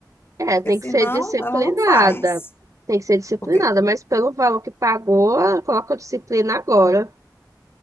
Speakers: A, on the right; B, on the left.
A: É, tem
B: Porque senão
A: que ser disciplinada.
B: ela não faz.
A: Tem que ser disciplinada,
B: Porque
A: mas pelo valor que pagou, coloca a disciplina agora.